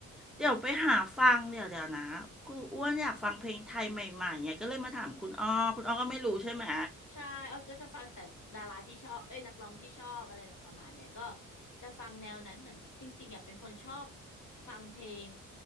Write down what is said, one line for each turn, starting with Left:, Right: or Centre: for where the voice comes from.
Centre: เดี๋ยวไปหาฟังเดี๋ยวเดี๋ยวนะกูอ้วนอยากฟังเพลงไทยใหม่ๆไงก็เลยมาถามคุณอ้อคุณอ้อก็ไม่รู้ใช่ไหม
Left: ใช่ออยก็จะฟังแต่ดาราที่ชอบเอ้ยนักร้องที่ชอบอะไรแบบประมาณเนี้ยก็จะฟังแนวนั้นเหมือนจริงๆอยากเป็นคนชอบฟังเพลง